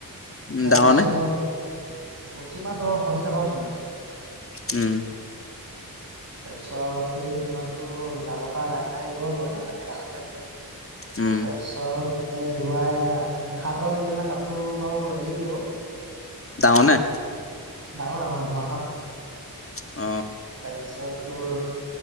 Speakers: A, on the left; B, on the right.
A: উম
B: তাৰপিছত
A: ডাঙৰ নে
B: পুঠি মাছ অ কণী থকা পুঠি মাছ।
A: উম
B: তাৰপিছত সেই পুঠি মাছটো জালৰ পৰা লাহে লাহে আহিব, লয়ে এটা‌ এটাকে
A: উম
B: তাৰপিছত এই এৰুৱাই সাপ এটাও লাগি‌ আছিলে, সাপটো বাৰু এৰি দিলোঁ।
A: ডাঙৰনে
B: ডাঙৰ ডাঙৰ ধুৱা সাপ
A: অ
B: তাৰপিছত তোৰ,